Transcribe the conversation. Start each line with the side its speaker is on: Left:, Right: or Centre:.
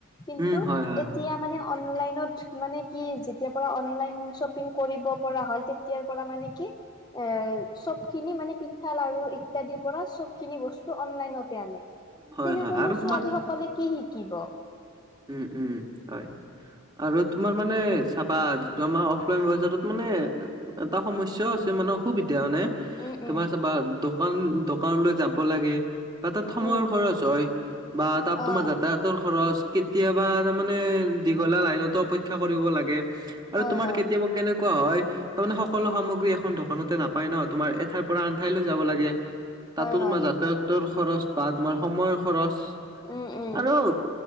Left: কিন্তু
Right: উম হয় হয়
Left: এতিয়া মানে অনলাইনত মানে কি যেতিয়া পৰা অনলাইন শ্বপিং কৰিব পৰা হ'ল। তেতিয়াৰ পৰা মানে কি? এ চব খিনি মানে পিঠা, লাৰু ইত্যাদিৰ পৰা চব খিনি বস্তু অনলাইনতে আনে।
Right: হয়
Left: তেনেকৈনো
Right: হয় আৰু
Left: ছোৱালী
Right: তোমাৰ
Left: সকলে কি শিকিব?
Right: উম উম, হয়। আৰু তোমাৰ মানে চাবা যিটো আমাৰ অফলাইন বজাৰত মানে। এটা সমস্যাও আছে। মানুহ সুবিধা মানে,
Left: উম
Right: তোমাৰ
Left: উম
Right: চাবা দোকান দোকানলৈ যাব লাগে। বা তাত সময়ৰ
Left: উম
Right: খৰচ হয় বা তাত
Left: অ
Right: তোমাৰ যাতায়াতৰ খৰচ। কেতিয়াবা তাৰ মানে দীঘলীয়া লাইনতো অপেক্ষা কৰিব লাগে আৰু
Left: হয়
Right: তোমাৰ
Left: হয়
Right: কেতিয়াবা। কেনেকুৱা হয়? তাৰ মানে সকলো সামগ্ৰী এখন দোকানতে নাপায় ন তোমাৰ এঠাইৰ পৰা আন ঠাইলৈ যাব লাগে। তাতো
Left: হয়
Right: তোমাৰ
Left: হয়
Right: যাতায়তৰ খৰচ বা তোমাৰ সময়ৰ খৰচ
Left: উম উম
Right: আৰু